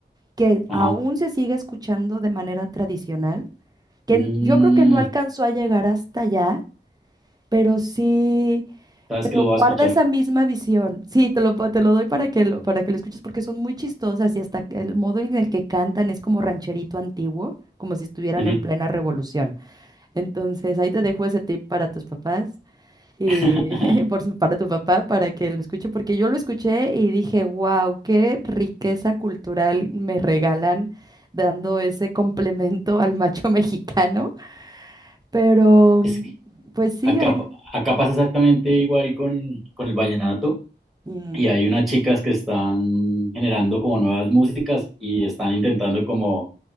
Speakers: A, on the right; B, in the centre.
A: que
B: Ajá.
A: aún se sigue escuchando de manera tradicional, que
B: Mm,
A: n- yo creo que no mm. alcanzó a llegar hasta allá, pero sí
B: sabes
A: pero
B: que lo voy
A: guarda
B: a escuchar.
A: esa misma visión. Sí, te lo, te lo doy para que lo, para que lo escuches porque son muy chistosas y hasta el modo en el que cantan es como rancherito antiguo, como si estuvieran
B: Ujú.
A: en plena revolución. Entonces, ahí te dejo ese tip para tus papás y
B: <laughs>
A: <laughs> por su- para tu papá para que lo escuche porque yo lo escuché y dije, "Wow, qué riqueza cultural me regalan dando ese complemento al macho <laughs> mexicano." Pero
B: Es
A: mm,
B: que
A: pues sí,
B: acá,
A: hay
B: pa- acá pasa exactamente igual con, con el vallenato
A: Mm.
B: y hay unas chicas que están generando como nuevas músicas y están intentando como